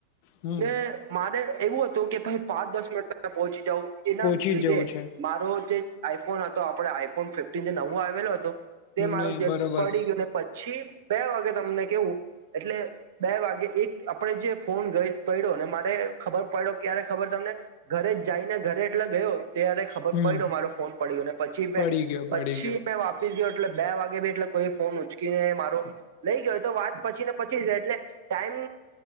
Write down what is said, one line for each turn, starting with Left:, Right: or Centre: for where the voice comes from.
Left: હમ
Right: ને મારે એવું હતું કે ભાઈ પાંચ દસ મિનિટ પહેલા પહોંચી જવું એના
Left: પોહોંચી
Right: લીધે
Left: જ જવું છે
Right: મારો જે આઈફોન હતો આપડે આઈફોન ફિફ્ટન જે નવો આવેલો હતો તે મારો
Left: નહી
Right: જે
Left: બરોબર
Right: પડી ગયો પછી બે વાગે તમને કેવું એટલે બે વાગે એક આપણે જે ફોન ગઈ પડ્યો ને મારે ખબર પડ્યો ક્યારે ખબર તમને ઘરે જ જઈને ઘરે એટલે ગયો ત્યારે ખબર
Left: હમ
Right: પડ્યો મારો ફોન પડ્યો ને પછી મે
Left: પડી ગયો પડી
Right: પછી
Left: ગયો
Right: સ ગયો એટલે બે વાગે બી એટલે કોઈ ફોન ઉચકીને મારો લઈ ગયોય તો વાત પછી ને પછી જાય એટલે ટાઈમ